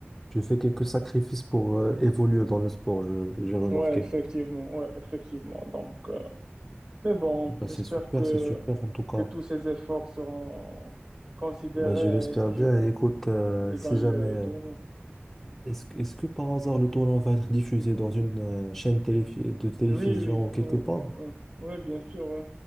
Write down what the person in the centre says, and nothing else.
tu fais quelques sacrifices pour euh, évoluer dans le sport, je, j'ai remarqué.
bah
c'est super,
c'est super en tout cas.
bah je l'espère bien. Et écoute,
euh,
si jamais,
euh,
est-ce, que- est-ce que par hasard le tournoi va être diffusé dans une euh, chaîne téléfi- de télévision
ou quelque
part?